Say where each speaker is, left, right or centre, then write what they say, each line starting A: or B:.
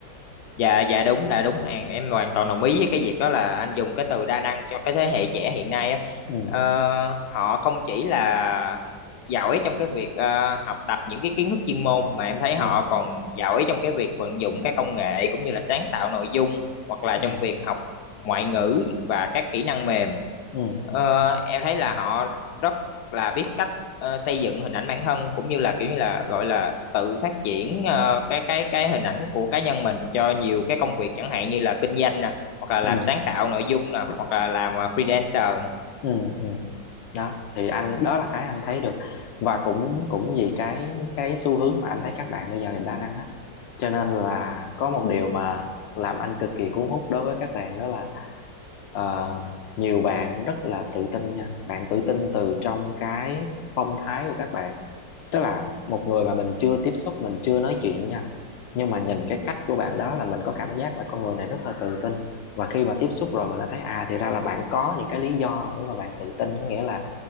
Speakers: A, on the left; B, on the left.
A: dạ dạ đúng là đúng hàng em hoàn toàn đồng ý với cái việc đó là anh dùng cái từ đa năng cho cái thế hệ trẻ hiện nay á
B: ừ
A: ờ, họ không chỉ là giỏi trong cái việc ờ, học tập những cái kiến thức chuyên môn mà em thấy
B: ừ
A: họ còn giỏi trong cái việc vận dụng các công nghệ cũng như là sáng tạo nội dung hoặc là
B: ừ
A: trong việc học ngoại ngữ và các kỹ năng mềm
B: ừ
A: Ờ, em thấy là họ rất là biết cách ờ, xây dựng hình ảnh bản thân cũng như là kiểu như là gọi là tự phát triển ờ, cái cái cái hình ảnh của cá nhân mình cho nhiều cái công việc chẳng hạn như là kinh doanh nè hoặc là làm
B: ừ
A: sáng tạo nội dung nè hoặc là làm ờ, freelancer
B: ừ ừ đó thì anh đó là cái anh thấy được và cũng cũng vì cái cái xu hướng mà anh thấy các bạn bây giờ đa năng á cho nên là có một điều mà làm anh cực kỳ cuốn hút đối với các bạn đó là Ờ, nhiều bạn rất là tự tin nha bạn tự tin từ trong cái phong thái của các bạn tức là một người mà mình chưa tiếp xúc mình chưa nói chuyện nha nhưng mà nhìn cái cách của bạn đó là mình có cảm giác là con người này rất là tự tin và khi mà tiếp xúc rồi mình đã thấy à thì ra là bạn có những cái lý do để mà bạn tự tin có nghĩa là